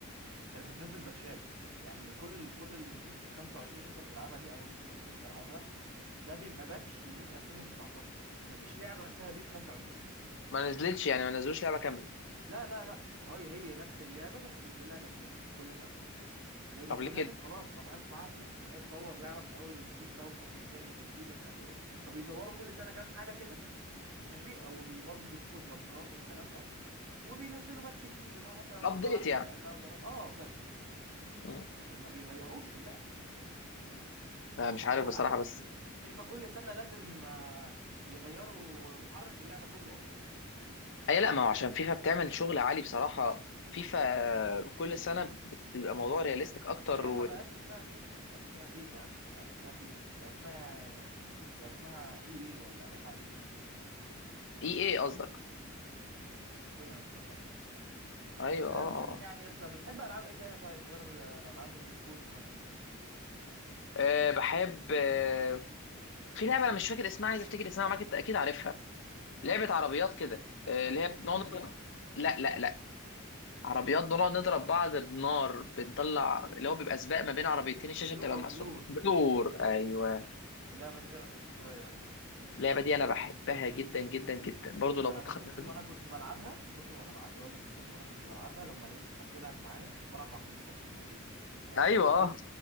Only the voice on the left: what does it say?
ما نزلتش يعني ما نزلوش لعبه كامله
طب
ليه كده
الابديت
يعني
مم.
أنا مش عارف
بصراحه
بس
اي لا ما هو عشان فيفا بتعمل شغل عالي بصراحه فيفا آه، كل سنه بتبقى موضوع رياليستيك اكتر
و
اي اي
قصدك
ايوه
اه
اه آه.
آه، بحب آه، في لعبه انا مش فاكر اسمها عايز افتكر اسمها معاك انت اكيد عارفها لعبه عربيات كده آه، اللي هي
بنقعد
نضرب لا لا لا عربيات بنقعد نضرب بعض بنار بنطلع اللي هو بيبقى سباق ما بين عربيتين الشاشه
بتبقى مقسومه
دور
ايوه
اللعبه دي انا بحبها جدا جدا جدا برضو
لو
هتخيل
ايوه
اه